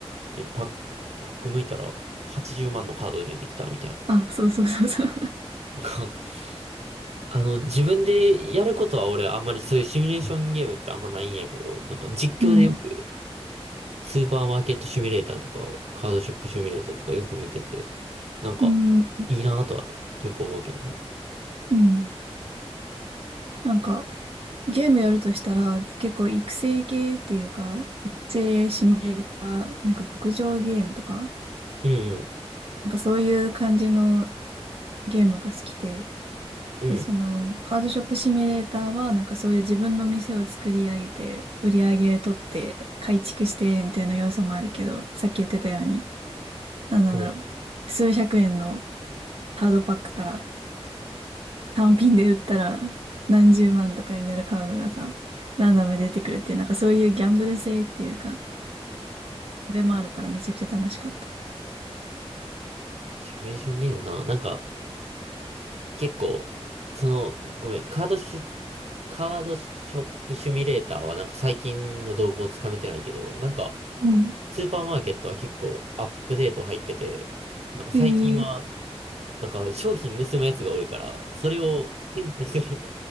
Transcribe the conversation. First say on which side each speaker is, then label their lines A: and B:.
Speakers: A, on the right (about 80°); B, on the right (about 60°).
A: え、パッ、パック向いたら80万のカード出てきたみたいな。
B: あ、そうそうそうそう。
A: <laughs> あの、自分でやることは俺あんまりそういうシミュレーションゲームってあんまないんやけど、なんか実況でよく
B: うん。
A: スーパーマーケットシミュレーターとか、カードショップシミュレーターとかよく見てて、なんか、
B: <laughs> うん。
A: いいなぁとはよく思うけどね。
B: うん。なんかゲームやるとしたら結構育成系っていうか、育成シミュレーター、なんか牧場ゲームとか、
A: うんうん、
B: なんかそういう感じのゲームが好きで、
A: うん、
B: で、その、カードショップシミュレーターは、なんかそういう自分の店を作り上げて、売り上げ取って、改築して、みたいな要素もあるけど、さっき言ってたように、なんなんだろう、
A: うん。
B: 数百円のカードパックから単品で売ったら何十万とかになるカードがさ、ランダムで出てくるっていう、なんかそういうギャンブル性っていうか、それもあるからめちゃくちゃ楽しかった。
A: シミュレーションゲームな。なんか、結構、その、ごめん、カードシュ、カードショップシミュレーターはなんか最近の動向をつかめてないけど、なんか、
B: うん。
A: スーパーマーケットは結構アップデート入ってて、なんか最近は、
B: ええ
A: なんか商品盗むやつがおるから、それを検知する